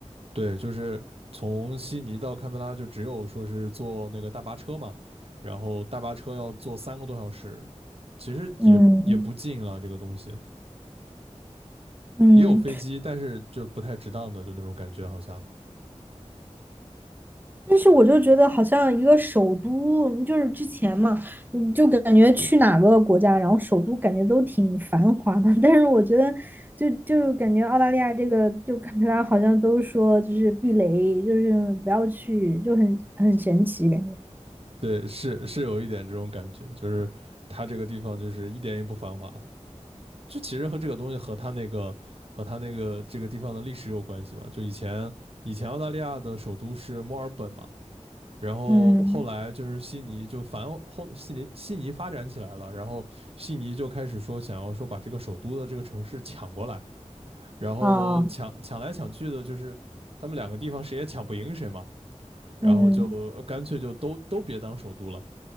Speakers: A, on the right (about 55°); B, on the right (about 15°).
A: 对，就是从悉尼到堪培拉就只有说是坐那个大巴车嘛，然后大巴车要坐三个多小时，其实也也不近了这个东西，
B: 嗯嗯，
A: 也有飞机，但是就不太值当的，就那种感觉好像。
B: 但是我就觉得好像一个首都，就是之前嘛，嗯就感觉去哪个国家，然后首都感觉都挺繁华的。<laughs> 但是我觉得就，就感觉澳大利亚这个，就堪培拉好像都说就是避雷，就是不要去，就很很神奇感觉。
A: 对，是是有一点这种感觉，就是它这个地方就是一点也不繁华。就其实和这个东西和它那个和它那个这个地方的历史有关系吧。就以前以前澳大利亚的首都是墨尔本嘛，然后后来就是悉尼就反后悉尼悉尼发展起来了，
B: 嗯，
A: 然后悉尼就开始说想要说把这个首都的这个城市抢过来，然后抢抢来抢去的，
B: 啊，
A: 就是他们两个地方谁也抢不赢谁嘛，然后就呃干脆就都都别当首都了。
B: 嗯，